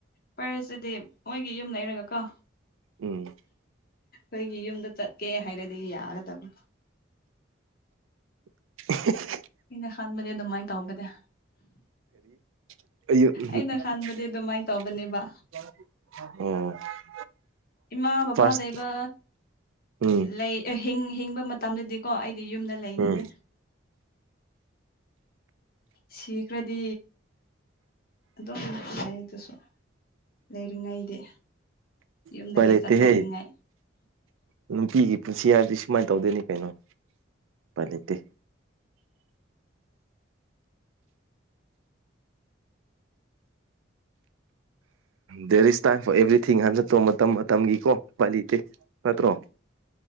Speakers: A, on the left; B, on the right.
A: ꯐꯔꯁꯤꯗꯤ ꯃꯣꯏꯒꯤ ꯌꯨꯝ ꯂꯩꯔꯒ ꯀꯣ
B: ꯎꯝ
A: ꯑꯩꯈꯣꯏꯒꯤ ꯌꯨꯝꯗ ꯆꯠꯀꯦ ꯍꯥꯏꯔꯗꯤ ꯌꯥꯒꯗꯕ
B: <unintelligible>
A: ꯑꯩꯅ ꯈꯟꯕꯗꯤ ꯑꯗꯨꯃꯥꯏꯅ ꯇꯧꯕꯅꯦ
B: ꯑꯝ
A: ꯑꯩꯅ ꯈꯟꯕꯗꯤ
B: ꯑꯣ
A: ꯑꯗꯨꯃꯥꯏꯅ ꯇꯧꯕꯅꯦꯕ
B: <unintelligible>
A: ꯏꯃꯥ ꯕꯕꯥ
B: ꯐꯥꯔꯁ
A: ꯂꯩꯕ
B: ꯎꯝ
A: ꯂꯩ ꯍꯤꯡ ꯍꯤꯡꯕ ꯃꯇꯝꯗꯗꯤꯀꯣ ꯑꯩ ꯌꯨꯝꯗ ꯂꯩꯅꯤꯡꯉꯦ
B: ꯎꯝ
A: ꯁꯤꯈ꯭ꯔꯗꯤ ꯑꯗꯨꯝꯥꯏ ꯑꯗꯨꯁꯨ ꯂꯩꯔꯤꯉꯩꯗꯤ ꯌꯨꯝꯗꯒꯤ
B: ꯎꯄꯥꯏ ꯂꯩꯇꯦꯍꯦ
A: ꯆꯠꯊꯣꯛꯅꯤꯡꯉꯥꯏ
B: ꯅꯨꯄꯤꯒꯤ ꯄꯨꯟꯁꯤ ꯍꯥꯏꯔꯗꯤ ꯁꯨꯃꯥꯏꯅ ꯇꯧꯗꯣꯏꯅꯤ ꯀꯩꯅꯣ ꯄ ꯂꯩꯇꯦ there is time for everything ꯍꯥꯏ ꯆꯠꯇꯣ ꯃꯇꯝ ꯃꯇꯝꯒꯤꯀꯣ ꯄꯥꯂꯤꯇꯦ ꯅꯠꯇ꯭ꯔꯣ